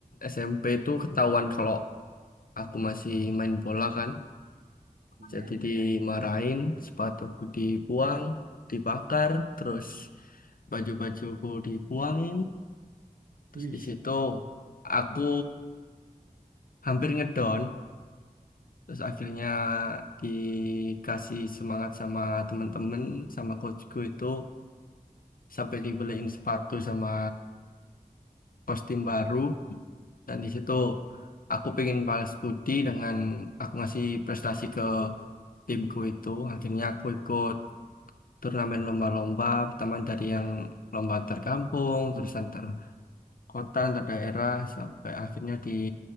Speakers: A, on the left; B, on the right.
A: SMP itu ketahuan kalau aku masih main bola kan.
B: iya.
A: Jadi dimarahin, sepatuku dibuang, dibakar, terus baju-bajuku dibuangin. Terus
B: <laughs> Wih,
A: di situ aku hampir ngedon. Terus akhirnya dikasih semangat sama temen-temen, sama coachku itu sampai dibeliin sepatu sama kostum baru. Dan di situ aku pengen balas budi dengan aku ngasih prestasi ke timku itu. Akhirnya aku ikut turnamen lomba-lomba pertama dari yang lomba antar kampung terus antar kota antar daerah sampai akhirnya di